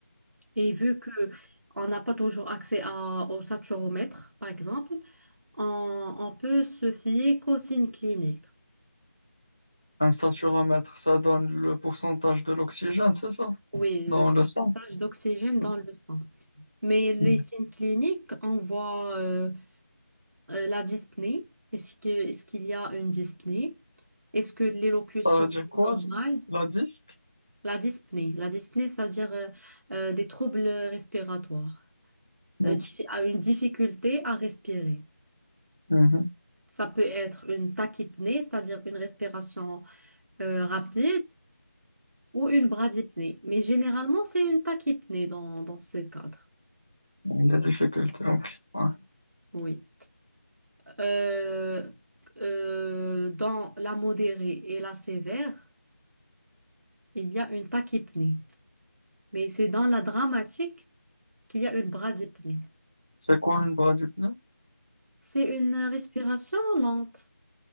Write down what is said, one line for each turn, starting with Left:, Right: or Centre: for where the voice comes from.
Right: Et vu que on n'a pas toujours accès à- au saturomètre, par exemple, on, on peut se fier qu'aux signes cliniques.
Left: un saturomètre ça donne le pourcentage de l'oxygène c'est ça
Right: Oui,
Left: dans
Right: le
Left: le sang
Right: pourcentage d'oxygène dans
Left: Ok.
Right: le sang. Mais les
Left: Hmm.
Right: signes cliniques, on voit euh, euh, la dyspnée. Est-ce que, est-ce qu'il y a une dyspnée? Est-ce que l'élocution
Left: ça veut dire quoi
Right: est normale?
Left: ça la disque
Right: La dyspnée. La dyspnée, ça veut dire euh, euh, des troubles respiratoires,
Left: Ok.
Right: euh, diffi- à une difficulté à respirer.
Left: mhm,
Right: Ça peut être une tachypnée, c'est-à-dire une respiration euh, rapide, ou une bradypnée. Mais généralement, c'est une tachypnée dans, dans ce cadre.
Left: il difficulté ok ouais.
Right: Oui. euh, euh, dans la modérée et la sévère, il y a une tachypnée. Mais c'est dans la dramatique qu'il y a une bradypnée.
Left: c'est quoi une bras du pneu
Right: C'est une respiration lente.